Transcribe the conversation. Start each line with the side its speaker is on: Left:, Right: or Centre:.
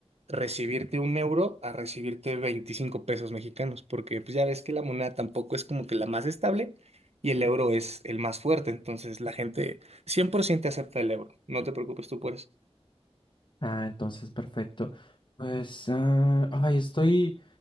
Right: recibirte un euro a recibirte 25 pesos mexicanos, porque pues ya ves que la moneda tampoco es como que la más estable y el euro es el más fuerte. Entonces la gente 100% acepta el euro. No te preocupes tú por eso.
Left: Ah, entonces, perfecto. Pues, ah, ay, estoy